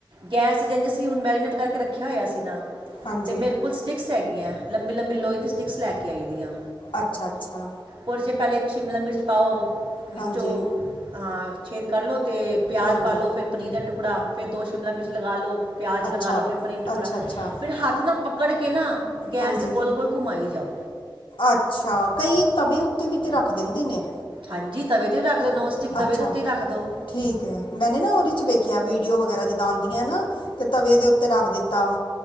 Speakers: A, on the right; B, on the left.
A: ਗੈਸ ਤੇ ਜੇ ਅਸੀਂ ਹੁਣ ਮੈਰੀਨੇਟ ਕਰਕੇ ਰੱਖਿਆ ਹੋਇਆ ਸੀ ਨਾ
B: ਹਾਂਜੀ
A: ਤੇ ਮੇਰੇ ਕੋਲ ਸਟਿਕਸ ਹੈਗੀਆਂ ਲੰਬੀ, ਲੰਬੀ ਲੋਹੇ ਦੀ ਸਟਿਕਸ ਲੈ ਕੇ ਆਈ ਦੀਆਂ।
B: ਅੱਛਾ, ਅੱਛਾ।
A: ਉਹਦੇ 'ਚ ਪਹਿਲਾਂ ਇੱਕ ਸ਼ਿਮਲਾ ਮਿਰਚ ਪਾਓ ਵਿੱਚੋਂ
B: ਹਾਂਜੀ
A: ਹਾਂ ਛੇਦ ਕਰ ਲਓ ਤੇ ਪਿਆਜ਼
B: ਹਾਂਜੀ
A: ਪਾ ਲਉ, ਫਿਰ ਪਨੀਰ ਦਾ ਟੁਕੜਾ, ਫਿਰ ਦੋ ਸ਼ਿਮਲਾ ਮਿਰਚ ਲਗਾ ਲਉ। ਪਿਆਜ
B: ਅੱਛਾ
A: ਲਗਾ ਲੋ ਫਿਰ ਪਨੀਰ-ਟੁਕੜਾ
B: ਅੱਛਾ ਅੱਛਾ
A: ਫਿਰ ਹੱਥ ਨਾ ਪਕੜ ਕੇ ਨਾ ਗੈਸ
B: ਹਾਂਜੀ
A: ਤੇ ਗੋਲ-ਗੋਲ ਘੁੰਮਾਈ ਜਾਓ।
B: ਅੱਛਾ ਕਈ ਤਵੈ ਉੱਤੇ ਵੀ ਤੇ ਰੱਖ ਦਿੰਦੇ ਨੇ।
A: ਹਾਂਜੀ ਤਵੇ ਤੇ ਵੀ ਰੱਖ ਦੋ, ਨੋਨਸਟਿਕ ਤਵੇ
B: ਅੱਛਾ
A: ਦੇ ਉੱਤੇ ਈ ਰੱਖ ਦੋ।
B: ਠੀਕ ਐ ਮੈਨੇ ਨਾ ਓਦੇ ਚ ਵੇਖੇਆ ਵੀਡੀਓ ਵਗੈਰਾ ਜਿੱਦਾਂ ਆਂਦੀਆਂ ਐ ਨਾ। ਤੇ ਤਵੇ ਦੇ ਉੱਤੇ ਰੱਖ ਦਿੱਤਾ।